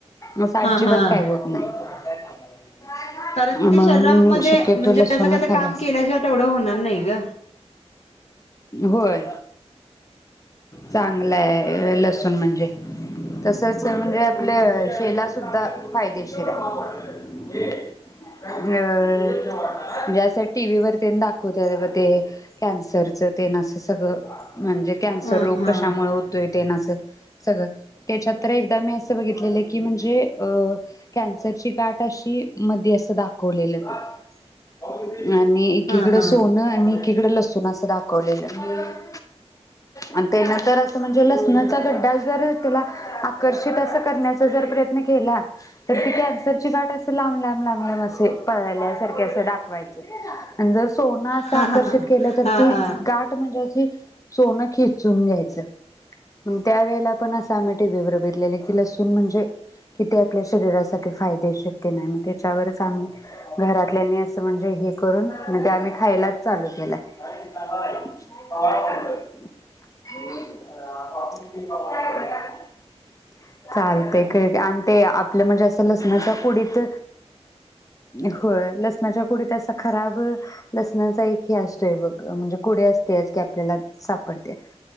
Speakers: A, on the left (about 30°); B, on the left (about 65°).
A: अस आजिबात
B: हा हा.
A: काय होत नाही <inaudible>
B: कारण
A: म्हणून
B: ते शरीरामध्ये
A: शक्यतो
B: म्हणजे
A: लसूण
B: असं
A: हा
B: कायतरी
A: खाल्लाच
B: काम केल्याशिवाय तेवडं होणार नाही गं
A: होय चां लय लसून म्हणजे तसंच म्हणजे आपल्या शेला सुद्धा फायदेशीर आहे अ म्हणजे असं टीव्हीवर तेन दाखवत्यात बघ ते कॅन्सरचं तेन असं सगळं म्हणजे कॅन्सर
B: हा
A: रोग
B: हा
A: कशामुळे होतोय तेन असं सगळं त्याच्यात तर एकदा मी असं बघितलेलं की म्हणजे अ कॅन्सरची गाठ अशी मध्ये असं दाखवलेलं ते आणि एकीकडं
B: हा हा
A: सोनं आणि एक तिकड लसून असल <inaudible> कोलेल्या <unintelligible> अन तेनं तर असं म्हण यो लसणाचा गड्डा जर त्याला आकर्षित अस करण्याचा जर प्रयत्न केला, तर ती कॅन्सर ची गाठ अस लांब लांब लांब लांब असे पळाल्यासारखे अस दाखवायचं. आणि जर सोनं असं
B: हा
A: आकर्षित
B: हा
A: केलं तर
B: हा
A: ती
B: हा
A: गाठ म्हणजे अशी, सोनं खेचून घ्यायचं, मग त्या वेळेला पण अस साम या टी व्ही वर बघितलेले तिला <unintelligible> म्हणजे किती आपल्या शरीरासाठी फायदेशीर तेन आहे मग त्याच्यावरच आम्ही, घरातल्यांनी असं म्हणजे हे करून म ते आम्ही खायलाच चालू केलाय. <unintelligible> <unintelligible> चालतंय क आणि ते आपलं म्हणजे असं लसणाच्या कुडीत, होय लसणाच्या कुडीत असं खराब <unintelligible> लसणाचा एक ही <unintelligible> हे बघ म्हणजे कुडी असतेयच की आपल्याला सापडतेय